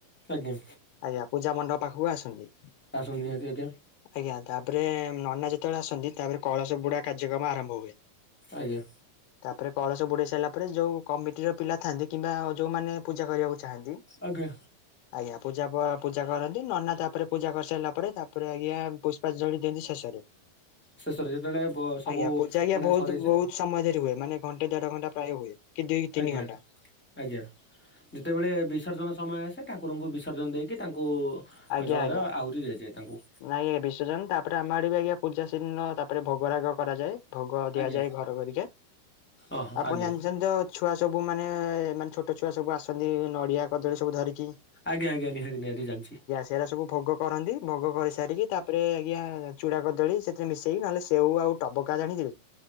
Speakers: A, on the left; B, on the left.
A: ଆଜ୍ଞା
B: ଆଜ୍ଞା ପୂଜା ମଣ୍ଡପ ପାଖକୁ ଆସନ୍ତି।
A: ଆସନ୍ତୁ ନିହାତି ଆଜ୍ଞା।
B: ଆଜ୍ଞା ତାପରେ ନନା ଯେତେବେଳେ ଆସନ୍ତି ତାପରେ କଳସ ବୁଡା କାର୍ଯ୍ୟକ୍ରମ ଆରମ୍ଭ ହୁଏ।
A: ଆଜ୍ଞା।
B: ତାପରେ କଳସ ବୁଡେଇ ସାରିଲା ପରେ ଯୋଉ କମିଟିର ପିଲା ଥାନ୍ତି କିମ୍ବା ଯୋଉମାନେ ପୂଜା କରିବାକୁ ଚାହାନ୍ତି।
A: ଆଜ୍ଞା
B: ଆଜ୍ଞା ପୂଜା ପୂଜା କରନ୍ତି ନନା ତାପରେ ପୂଜା କରିସାରିଲା ପରେ ତାପରେ ଆଜ୍ଞା ପୁଷ୍ପାଞ୍ଜଳି ଦିଅନ୍ତି ଶେଷରେ।
A: ଶେଷରେ ଯେତେବେଳେ ସବୁ
B: ଆଜ୍ଞା ପୂଜା ଆଜ୍ଞା
A: ମାନେ
B: ବହୁତ
A: ସରିଯାଏ
B: ବହୁତ ସମୟ ଧରି ହୁଏ। ମାନେ ଘଣ୍ଟେ ଦେଢ ଘଣ୍ଟା ପ୍ରାୟ ହୁଏ କି ଦୁଇ ତିନି
A: ଆଜ୍ଞା
B: ଘଣ୍ଟା।
A: ଆଜ୍ଞା ଯେତେବେଳେ ବିସର୍ଜନ ସମୟ ଆସେ ଠାକୁରଙ୍କୁ ବିସର୍ଜନ ଦେଇକି ତାଙ୍କୁ
B: ଆଜ୍ଞା
A: ଜଳରେ
B: ଆଜ୍ଞା
A: ଆହୁତି ଦିଆଯାଏ ତାଙ୍କୁ।
B: ନାଇଁ ଆଜ୍ଞା ବିଶ୍ୱଜନ ତାପରେ ଆମ ଆଡେ ବି ଆଜ୍ଞା ପୂଜା ସେଦିନ ତାପରେ ଭୋଗରାଗ କରାଯାଏ। ଭୋଗ ଦିଆଯାଏ
A: ଆଜ୍ଞା
B: ଘର ଘରିକା
A: ଓହୋ
B: ଆପଣ
A: ଆଜ୍ଞା
B: ଜାଣିଛନ୍ତି ତ ଛୁଆ ସବୁ ମାନେ ମାନେ ଛୋଟ ଛୁଆ ସବୁ ଆସନ୍ତି ନଡିଆ କଦଳୀ ସବୁ ଧରିକି।
A: ଆଜ୍ଞା ଆଜ୍ଞା ନିହାତି ନିହାତି ଜାଣିଛି।
B: ସେଇରା ସବୁ ଭୋଗ କରନ୍ତି ଭୋଗ କରିସାରିକି ତା ପରେ ଆଜ୍ଞା ଚୁଡା କଦଳୀ ସେଥିରେ ମିଶେଇକି ନହେଲେ ସେଉ ଆଉ ଟବକା ଜାଣି ଥିବେ।